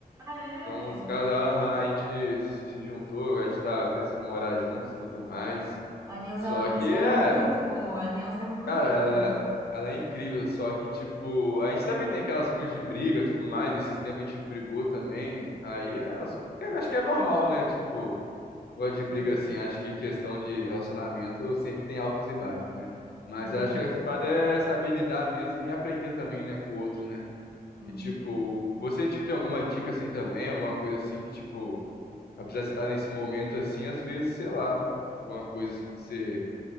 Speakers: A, on the right; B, on the left.
A: Ah,
B: Somos
A: é?
B: casados aham, a gente se se juntou, a gente tá pensando em morar juntos tudo mais.
A: A Neuza
B: Só
A: é uma pessoa
B: que é,
A: muito boa. A Neuza é muito
B: cara,
A: boa.
B: ela, ela é incrível, só que, tipo, a gente também tem aquelas coisas de briga tudo mais, esses tempos a gente brigou também. Aí é, as- é, acho que é normal, né? Tipo, gosto de briga
A: É,
B: assim, acho que questão de relacionamento sempre tem altos e baixos, né? Mas
A: realmente.
B: acho que a parada é saber lidar mesmo e aprender também, né, com o outro, né?
A: Sim.
B: E tipo, você tipo tem alguma dica assim também, alguma coisa assim que tipo Apesar de você estar nesse momento assim, às vezes, sei lá, alguma coisa assim que você,